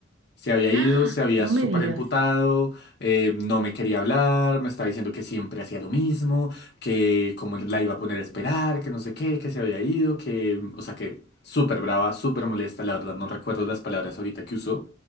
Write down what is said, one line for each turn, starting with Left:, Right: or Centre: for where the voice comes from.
Left: Se había ido,
Right: ¡Ah!
Left: se había
Right: No
Left: súper
Right: me digas.
Left: emputado, eh, no me quería hablar, me estaba diciendo que siempre hacía lo mismo, que como la iba a poner a esperar, que no sé qué, que se había ido, que, o sea, que súper brava, súper molesta, la verdad no recuerdo las palabras ahorita que usó,